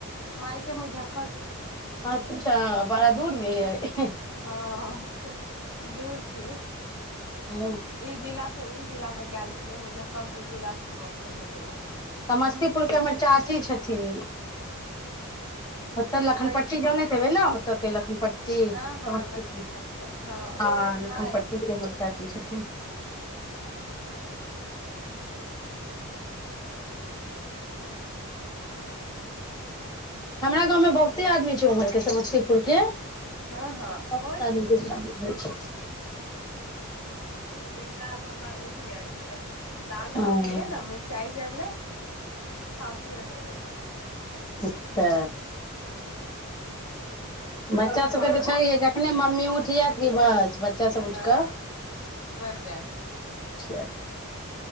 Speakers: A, on the left; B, on the left.
A: मायके मुजफ्फरपुर
B: हँ त बड़ा दूर मे है
A: हँ दूर छी
B: हूँ
A: ई जिला से ओ जिला मे गेल छी प मुजफ्फरपुर जिला से समस्तीपुर जिलामे
B: समस्तीपुर के हमर चाची छथिन ओतऽ लखनपट्टी
A: होइ छै
B: जाने हेबै ने तऽ के लखनपट <unintelligible>
A: हँ हँ
B: समस्तप
A: लखन पटेल हँ
B: ह लखनपट्टी
A: हइ
B: के हमर चाची छथिन हमरा गाँवमें बहुते आदमी छै उम्हर के समस्तीपुर के
A: हँ हँ
B: बहुत
A: होय छै
B: आदमी के शादी भेल छै
A: बेटा आब हमर उठ गेल छै दाल
B: हँ
A: छौकलिय ने मिरचाई जरले काफी लगेगा
B: अच्छा बच्चा सबके
A: बब्बू
B: तऽ छैे जखने मम्मी उठि जायत कि बस बच्चा सब
A: हँ
B: उठ कऽै
A: बढ़ जायत
B: <unintelligible>